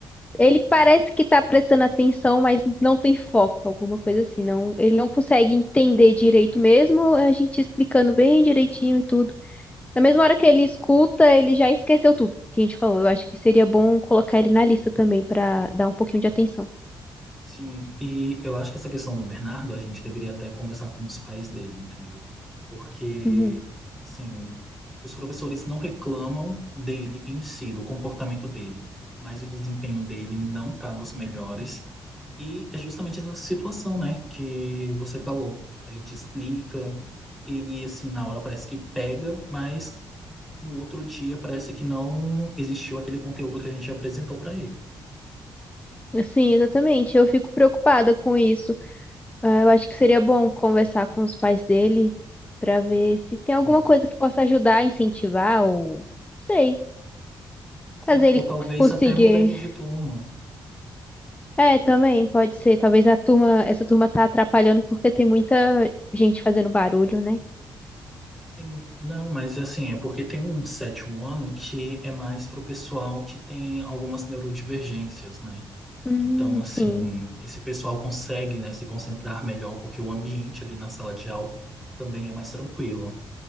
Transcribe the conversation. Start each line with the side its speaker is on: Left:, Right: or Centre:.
Left: Ele parece que tá prestando atenção, mas não tem foco, alguma coisa assim. Não, ele não consegue entender direito mesmo, a gente explicando bem direitinho e tudo. Na mesma hora que ele escuta, ele já esqueceu tudo que a gente falou. Eu acho que seria bom colocar ele na lista também para dar um pouquinho de atenção.
Centre: Sim, e eu acho que essa questão do Bernardo, a gente deveria até conversar com os pais dele, entendeu? Porque,
Left: Uhum.
Centre: assim, os professores não reclamam dele em si, do comportamento dele, mas o desempenho dele não está dos melhores. E é justamente essa situação, né, que você falou. A gente explica, ele, assim, na hora parece que pega, mas no outro dia parece que não existiu aquele conteúdo que a gente apresentou para ele.
Left: Sim, exatamente. Eu fico preocupada com isso. Ah, Eu acho que seria bom conversar com os pais dele para ver se tem alguma
Centre: Sim.
Left: coisa que possa ajudar, incentivar ou sei,
Centre: Sim,
Left: fazer ele
Centre: ou
Left: c-
Centre: talvez
Left: conseguir.
Centre: até mudar ele de turma.
Left: É, também pode ser. Talvez a turma, essa turma tá atrapalhando porque tem muita gente fazendo barulho, né?
Centre: Sim, não, mas assim, é porque tem um sétimo ano que é mais para o pessoal que tem algumas neurodivergências, né?
Left: Hum,
Centre: Então, assim,
Left: sim.
Centre: esse pessoal consegue, né, se concentrar melhor, porque o ambiente ali na sala de aula também é mais tranquilo.